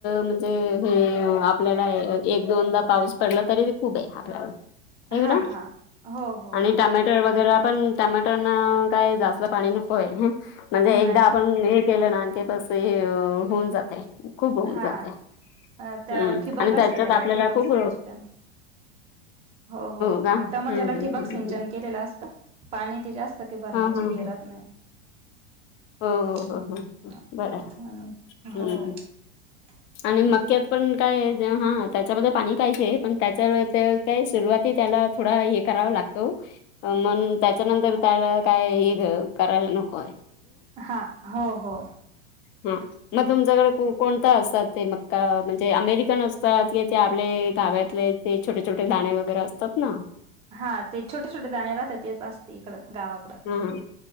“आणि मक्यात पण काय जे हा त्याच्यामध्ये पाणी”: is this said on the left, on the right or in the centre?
Left